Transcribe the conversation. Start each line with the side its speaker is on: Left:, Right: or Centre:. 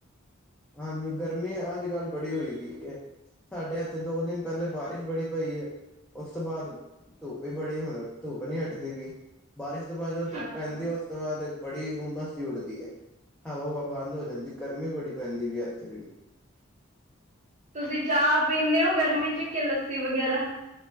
Centre: ਹਾਂਜੀ, ਗਰਮੀ ਅੱਜ- ਕੱਲ ਬੜੀ ਹੋਈ ਦੀ ਐ। ਸਾਡੇ ਐਥੇ ਦੋ ਦਿਨ ਪਹਿਲੇ ਬਾਰਿਸ਼ ਬੜੀ ਪਈ ਐ। ਉਸ ਤੋਂ ਬਾਅਦ ਧੁੱਪ ਈ ਬੜੀ ਹੁਣ, ਧੁੱਪ ਨੀ ਹਟਦੀ ਪਈ, ਬਾਰਿਸ਼ ਤੋਂ ਬਾਅਦ ਜ ਧੁੱਪ
Right: ਹਾਂਜੀ
Centre: ਪੈਂਦੀ ਉਸ ਤੋਂ ਬਾਅਦ ਬੜੀ ਉਮਸ ਜੀ ਉੜਦੀ ਐ, ਹਵਾ- ਹੁਵਾ ਬੰਦ ਹੋ ਜਾਂਦੀ ਗਰਮੀ ਬੜੀ ਹੁੰਦੀ ਪਈ ਅੱਜ ਤਾਂ ਬੜੀ।
Right: ਤੁਸੀਂ ਚਾਹ ਪੀਂਨੇ ਓ ਗਰਮੀ 'ਚ ਕਿ ਲੱਸੀ ਵਗੈਰਾ।